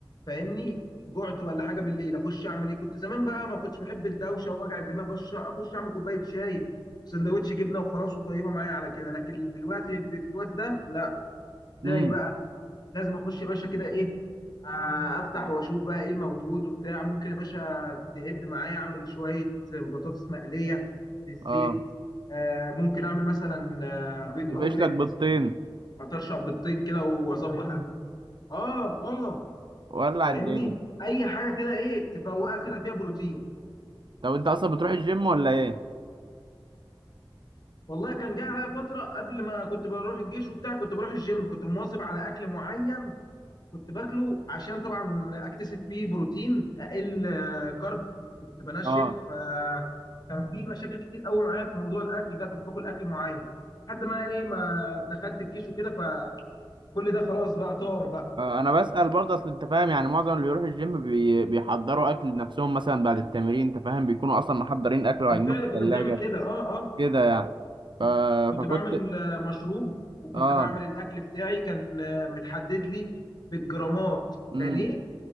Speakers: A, on the left; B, on the right.
A: فاهمني جعت ولا حاجه بالليل اخش اعمل ايه كنت زمان بقى ما كنتش بحب الدوشه ووجع الدماغ اخش اخش اعمل كوبايه شاي وسندوتش جبنه وخلاص وطيبه معايا على كده لكن دلوقتي ب- في الوقت ده لا
B: امم
A: ازاي بقى لازم اخش يا باشا كده ايه آه، افتح واشوف بقى ايه الموجود وبتاع ممكن يا باشا تهب معايا اعمل شويه بطاطس مقليه في الزيت
B: اه
A: آه، ممكن اعمل مثلا آه، بيض
B: يفقش
A: اومليت
B: لك بيضتين
A: اطرشق بيضتين كده واظبط اه اه
B: ولع
A: فاهمني
B: الدنيا
A: اي حاجه كده ايه تفوقك كده فيها بروتين
B: طب انت اصلا بتروح الجيم ولا ايه
A: والله كان جه عليا فتره قبل ما كنت بروح الجيش وبتاع كنت بروح الجيم كنت مواظب على اكل معين كنت باكله عشان طبعا اكتسب فيه بروتين اقل آه، كارب كنت بنشف
B: اه
A: آه، كان في مشاكل كتير قوي معايا في موضوع الاكل ده كنت باكل اكل معين لحد ما ايه ما دخلت الجيش وكده فكل ده خلاص بقى طار بقى
B: اه، انا بسأل برضه اصل انت فاهم يعني معظم اللي بيروح الجيم بي... بيحضروا اكل لنفسهم مثلا بعد التمرين انت فاهم بيكونوا اصلا محضرين اكل وعينوه
A: بالفعل
B: في الثلاجة
A: كنا بنعمل كده اه اه
B: كده يعني ف...
A: كنت كنت
B: فكنت
A: بعمل آه، مشروب وكنت
B: اه
A: بعمل الاكل بتاعي كان آه، متحدد لي بالجرامات
B: امم
A: بانيه